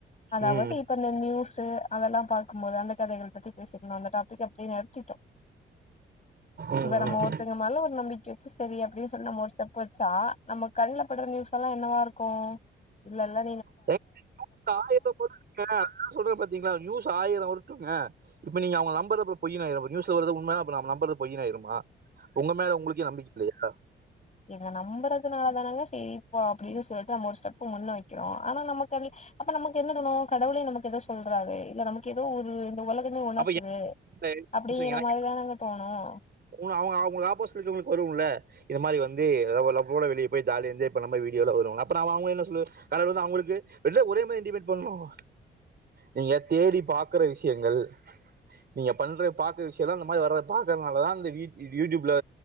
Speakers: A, on the left; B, on the right.
A: அதாவது
B: ம்
A: இப்ப இந்த நியூஸ்சு அதெல்லாம் பாக்கும்போது அந்த கதைளை பற்றி பேசிருந்தோமா அந்த டாப்பிக் <unintelligible>
B: ம்
A: இப்ப நம்ம
B: ம்
A: ஒருத்தவுங்க மேல ஒரு நம்பிக்கை வச்சு சேரி அப்படின்னு சொல்லி நம்ம ஸ்டெப் வச்சா நம்ம கண்ணுலபடுற நியூஸ் எல்லாம் என்னவா இருக்கும் இல்லல்ல
B: <unintelligible> சொல்ற பாத்தீங்களா நியூஸ் ஆயிரம் வரட்டுங்க இப்ப நீங்க நம்பரது பொய்ஆயினும் நியூஸ் வரது உண்ம ந நம்புறது பொய் ஆயிருமா உங்க மேல உங்களுக்கே நம்பிக்கை இல்லையா
A: எங்கள நம்புறதுனால தானங்க சேரிப்பா அப்படின்னு சொல்ட்டு நம்ம ஒரு ஸ்டெப் முன்ன வைக்கிறோம் ஆனா நமக்கு அப்ப நமக்கு என்ன தோணும் கடவுளே நமக்கு ஏதோ சொல்றாரு இல்ல நமக்கு ஏதோ ஒரு இந்த உலகமே உணர்த்துது
B: அப்ப எனக்கு
A: அப்படின்இன
B: எனக்கு
A: மாரிதான் தோணும்
B: உங்க- அவங்க அவங்களுக்கு ஆப்போசிட் இருக்கவங்களுக்கு வரும்ல இந்த மாரி வந்து லவ்டோ வெளிய போய் ஜாலியா என்ஜாய் பண்ணாம வீடியோல வரும் அப்போ நான் அவங்க என்ன சொல்லு அடவுட்ரா அவுங்களுக்கு ஒரே மேரி இன்டிமென்ட் பண்ணோம் நீயே தேடி பாக்கற விஷயங்கள் நீங்க பண்ற பாக்குற விஷயம் அந்த மாதிரி வ பாக்கறதுனாலதான் அந்த யூடியூப்ல